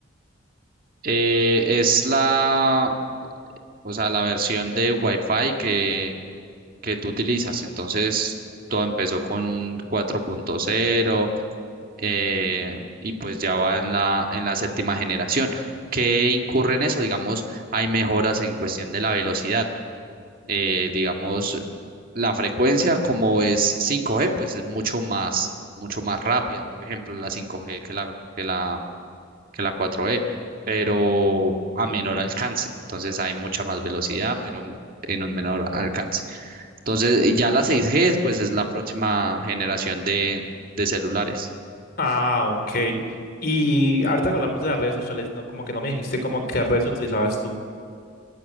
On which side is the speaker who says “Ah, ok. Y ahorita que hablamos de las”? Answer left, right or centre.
Left